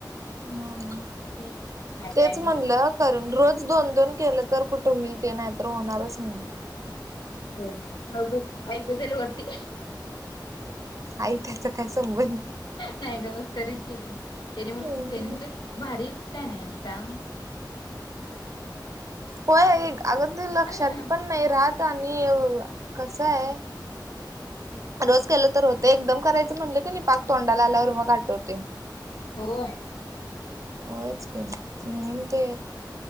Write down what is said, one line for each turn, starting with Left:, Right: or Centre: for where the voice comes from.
Right: हम्म.
Left: की काय
Right: तेच
Left: काय
Right: म्हणलं
Left: हे
Right: कारण, रोज दोन दोन केलं तर कुठं होईल ते नाही तर होणारच नाही.
Left: होय, बस ऐकू जाईल वरती.
Right: आई त्याच काय संबंध?
Left: नाही मस्करीत गेली त्याने,
Right: हम्म
Left: त्याने म्हटलं भारी प्लॅन आहे यांचा.
Right: होय अग ते लक्षात
Left: हा
Right: पण. नाही राहत आणि कस आहे. रोज केलं तर होते, एकदम करायचं म्हटलं की नाही पाक तोंडाला आल्यावर मग आठवते.
Left: होय.
Right: होयच की मी पण ते.